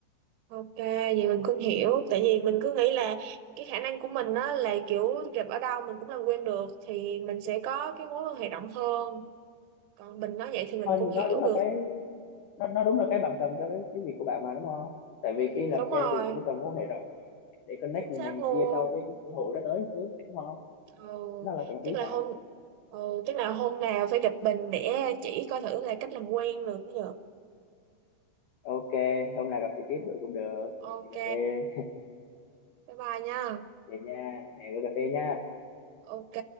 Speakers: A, on the right; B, on the left.
A: ok vậy mình cũng hiểu tại vì mình cứ nghĩ là cái khả năng của mình á là kiểu gặp ở đâu mình cũng làm quen được thì mình sẽ có cái mối quan hệ rộng hơn còn mình nói vậy thì
B: anh
A: mình cũng
B: nó
A: hiểu
B: đúng là
A: được
B: cái nó, nó đúng là cái bạn cần cho cái, cái việc của bạn mà đúng không tại
A: Ừm,
B: vì cái làm
A: đúng rồi
B: sale thì nó cần mối quan hệ rộng để connect
A: chính
B: người
A: xác
B: này người
A: luôn
B: kia sau cái, cái cơ hội nó tới chứ đúng không
A: ừ,
B: nó là cần
A: chắc
B: thiết
A: là
B: mà
A: hôm ừ, chắc là hôm nào phải gặp mình để chỉ coi thử là cách làm quen được bây giờ
B: ok hôm nào gặp trực tiếp bữa cũng được
A: Ok,
B: đi cà phê
A: bye bye nha.
B: Vậy nha, hẹn bữa cà phê nha.
A: Ok.